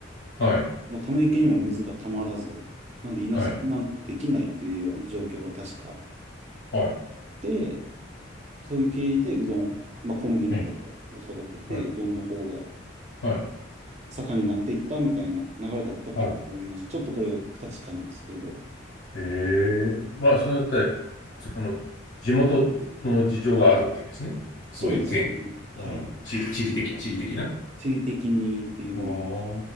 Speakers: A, on the left; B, on the right.
A: はい。
B: まあ、ため池にも水がたまらず、なんで稲作なんてできないっていうような状況が確か。
A: はい。はい。
B: で、そういう経緯でうどん、まあ、小麦の方を育てて、
A: うん。はい。
B: うどんの方が
A: はい。
B: 盛んになっていったみたいな流れだったと思います。
A: はい。
B: ちょっとこれ不確かなんですけど。
A: ええまあ、そのあたり、その、地元の事情があるわけですね。
B: そうですね。
A: そういう天、
B: はい。
A: うん、地、地理的、地理的な。
B: 地理的にっていうのも。
A: ああ、